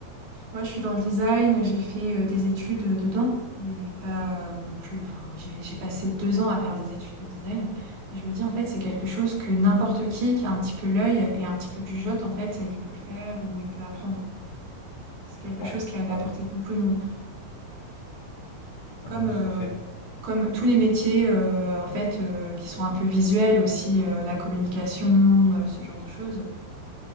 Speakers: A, on the right; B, on the left.
A: Ouais, je suis dans le design, j'ai fait euh, des études euh, dedans, mais pas euh, non plus. Enfin, j'ai j'ai passé deux ans à faire des études de design, mais je me dis en fait c'est quelque chose que n'importe qui qui a un petit peu l'œil et un petit peu du jote en fait, il peut le faire ou il peut apprendre. C'est quelque
B: Ouais.
A: chose qui est à la
B: Ouais,
A: portée
B: ouais.
A: de beaucoup de monde, comme
B: Ouais, tout
A: euh,
B: à fait.
A: comme tous les métiers euh, en fait euh, qui sont un peu visuels aussi, euh, la communication, euh, ce genre de choses,